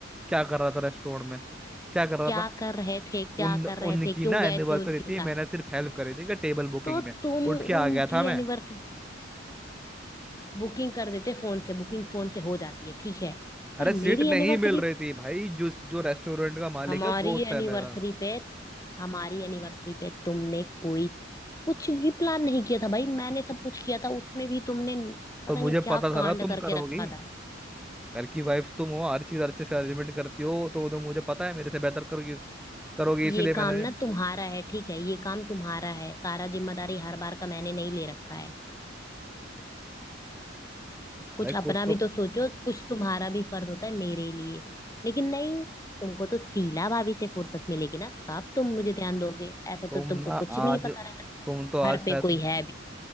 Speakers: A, in the centre; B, on the left.
A: क्या कर रहा था रेस्टोरेंट में क्या कर रहा
B: क्या
A: था
B: कर रहे थे क्या
A: उन उनकी
B: कर रहे थे क्यों
A: ना
B: गए
A: एनिवर्सरी
B: थे उनके
A: थी
B: साथ
A: मैंने सिर्फ हेल्प करी थी कि टेबल बुकिंग
B: तो
A: में
B: तुम
A: उठ के
B: उनकी
A: आ गया था मैं
B: एनिवर्सरी बुकिंग कर देते फोन से बुकिंग फोन से हो जाती है ठीक है
A: अरे
B: पर
A: सीट
B: मेरी
A: नहीं
B: एनिवर्सरी
A: मिल रही थी भाई जो जो रेस्टोरेंट का मालिक
B: हमारी
A: है दोस्त
B: एनिवर्सरी
A: है मेरा
B: पे हमारी एनिवर्सरी पे तुमने कोई कुछ भी प्लान नहीं किया था भाई मैंने सब कुछ किया था उसमें भी तुमने
A: तो
B: पता
A: मुझे
B: नहीं क्या
A: पता था
B: कांड
A: ना तुम
B: करके
A: करोगी
B: रखा था
A: घर की वाइफ तुम हो हर चीज अच्छे से अरेंजमेंट करती हो तो, तो मुझे पता है मेरे से बेहतर करोगी करोगी
B: ये
A: इसलिए
B: काम
A: मैंने
B: ना तुम्हारा है ठीक है ये काम तुम्हारा है सारा जिम्मेदारी हर बार का मैंने नहीं ले रखा है कुछ
A: अरे
B: अपना
A: कुछ तो
B: भी तो सोचो कुछ तुम्हारा भी फर्ज होता है मेरे लिए लेकिन नहीं तुमको तो शीला भाभी से फुर्सत मिलेगी ना तब तुम मुझे ध्यान दोगे ऐसे तो
A: तुम
B: तुमको
A: ना
B: कुछ
A: आज
B: नहीं पता रहता कि
A: तुम तो आज
B: घर पे
A: फैसला
B: कोई है